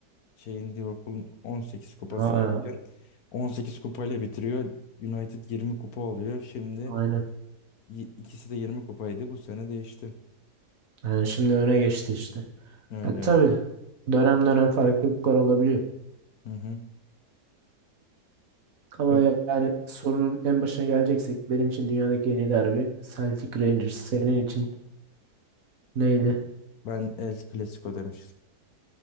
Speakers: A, on the left (about 65°); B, on the right (about 55°).
A: şeyin Liverpool'un 18 kupası
B: Aa,
A: varken 18 kupayla bitiriyor. United 20 kupa oluyor. Şimdi
B: aynen.
A: y- ikisi de 20 kupaydı. Bu sene değişti.
B: Yani şimdi öne geçti işte.
A: Öyle
B: Ya,
A: öyle.
B: tabii dönem dönem farklılıklar olabiliyor.
A: Hı hı.
B: Ama
A: Böyle-
B: ya- yani sorunun en başına geleceksek benim için dünyadaki en iyi derbi Celtic Rangers. Senin için neydi?
A: Ben El Clasico demiştim.